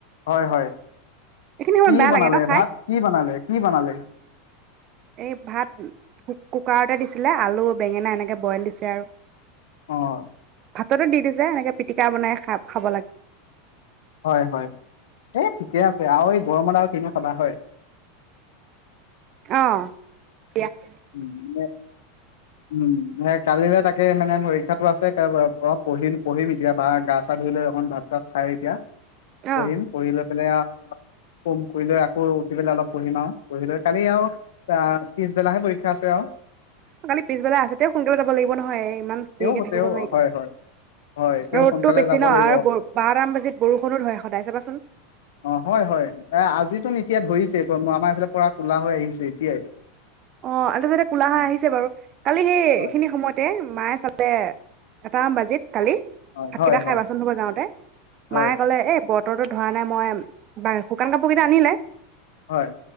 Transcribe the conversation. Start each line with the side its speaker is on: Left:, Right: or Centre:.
Left: হয় হয়
Right: এইখিনি সময়ত
Left: কি
Right: বেয়া
Left: বনালে
Right: লাগে ন খাই
Left: ভাত কি বনালে কি বনালে
Right: এই ভাত কুকাৰতে দিছিলে আলু বেঙেনা এনেকে বইল দিছে আৰু
Left: অ ।
Right: ভাততেো দি দিছে এনেকে পিটিকা বনাই খা খাব লাগে ।
Left: হয় হয় এই ঠিকে আছে আৰু এই গৰমত আৰু কিনি খাবা হয় ।
Right: অ দিয়া ।
Left: উম । উম সেই কালিলে তাকে মানে পৰীক্ষাতটো আছে অ পঢ়িম পঢ়িম এতিয়া বা গা চা ধুই লৈ অখন ভাত চাত খাই এতিয়া ।
Right: অ
Left: পঢ়িম পঢ়িলে । আৰু অলপ কম কৰি লৈ আকৌ উঠি পেলাই অলপ পঢ়িম আৰু পঢ়ি লৈ কালি আৰু আহ পিছবেলাহে পৰীক্ষা আছে আৰু
Right: কালি পিছবেলা আছে তে সোনকালে যাব লাগিব নহয় ইমান
Left: তেওঁ
Right: দেৰিকে থাকিব
Left: তেওঁ
Right: নোৱাৰিটো।
Left: হয় হয় হয় তেওঁ
Right: ৰ'দটো
Left: সোনকালে
Right: বেছি
Left: যাব
Right: ন আৰু
Left: লাগিব হয়
Right: বাৰটাম বাজিত বৰষুণো ধৰে সদায় চাবাচোন।
Left: অ হয় হয় এ আজিতো এতিয়া ধৰিছে আমাৰ এইফালে পৰা কলা হৈ আহিছে এতিয়াই
Right: অ আছাতে কোলা
Left: অ
Right: হৈ আহিছে বাৰু। কালি সেইখিনি
Left: হয়
Right: সময়তে মায়ে চালে এটাম বাজিত কালি
Left: হয়
Right: ভাতকেইটা
Left: হয়
Right: খাই
Left: হয়
Right: বাচোন ধুব যাওঁতে
Left: হয়
Right: মায়ে কলে এ বৰ বতৰো ধৰা নাই মই বা শুকান কাপোৰ কেইটা আনিলে।
Left: হয়